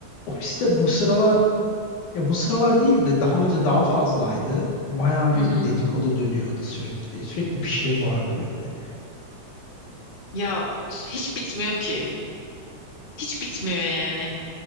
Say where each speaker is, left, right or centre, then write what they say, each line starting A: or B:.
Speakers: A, on the left; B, on the left.
A: Ofiste bu sıralar ya bu sıralar değil de daha önce daha fazlaydı. Bayağı bir
B: Hı hı.
A: dedikodu dönüyordu sürekli. Sürekli bir şey vardı böyle.
B: Ya hiç bitmiyor ki. Hiç bitmiyor yani.